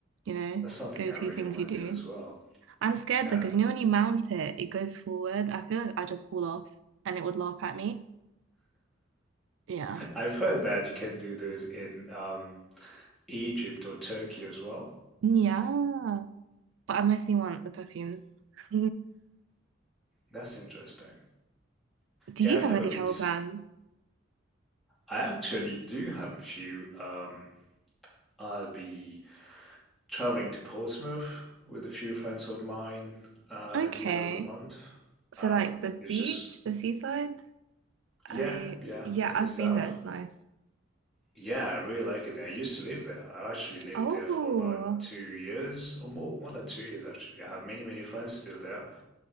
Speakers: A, on the right; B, in the centre.
A: you know,
B: That's something
A: go-to
B: I really
A: things
B: want
A: you do.
B: to do as well.
A: I'm scared
B: Yeah.
A: though, because
B: <laughs>
A: you know when you mount it, it goes forward. I feel like I just fall off, and it would laugh at me. Yeah,
B: I've heard that you can do those in um, Egypt or Turkey as well.
A: yeah. But I mostly want the perfumes. <laughs>
B: That's interesting.
A: Do
B: Yeah,
A: you
B: I've
A: have
B: never
A: any
B: been
A: travel
B: to. s-
A: plans?
B: I actually do have a few. Um, I'll be traveling to Portsmouth with a few friends of mine uh,
A: Okay.
B: at the end of the month.
A: So
B: Um,
A: like the
B: it's
A: beach,
B: just,
A: the seaside,
B: yeah,
A: I
B: yeah,
A: yeah,
B: in
A: I've
B: the south.
A: been there, it's nice.
B: Yeah, I really like it there. I used to live there. I actually lived
A: Oh,
B: there for about two years or more, more than two years actually. I have many, many friends still there.